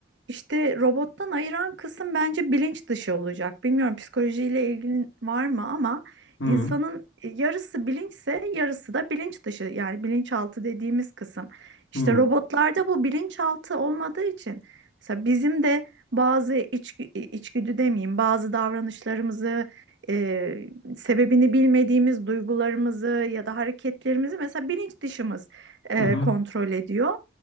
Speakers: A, on the right; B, on the left.
A: işte robottan ayıran kısım bence bilinç dışı olacak. Bilmiyorum psikolojiyle ilgili var mı ama
B: hı
A: insanın yarısı bilinçse yarısı da bilinç dışı yani bilinçaltı dediğimiz kısım. İşte
B: hı
A: robotlarda bu bilinçaltı olmadığı için mesela bizim de bazı içgü, içgüdü demeyeyim bazı davranışlarımızı e, sebebini bilmediğimiz duygularımızı ya da hareketlerimizi mesela bilinç dışımız e,
B: hı
A: kontrol ediyor.